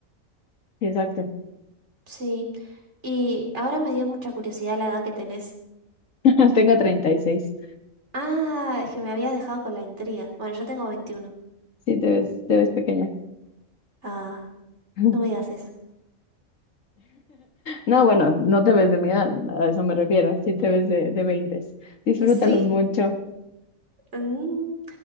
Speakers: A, on the left (about 65°); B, on the right (about 55°).
A: Sí, exacto.
B: Sí. Y ahora me dio mucha curiosidad la edad que tenés.
A: <laughs> Tengo treinta y seis
B: Ah, es que me habías dejado con la intriga. Bueno, yo tengo veintiuno
A: Sí, te ves, te ves pequeña.
B: Ah,
A: <laughs>
B: no me digas eso.
A: No, bueno, no te ves de mi edad, a eso me refiero. Sí te ves de, de 20. Disfrútalos
B: Sí.
A: mucho.
B: Mm.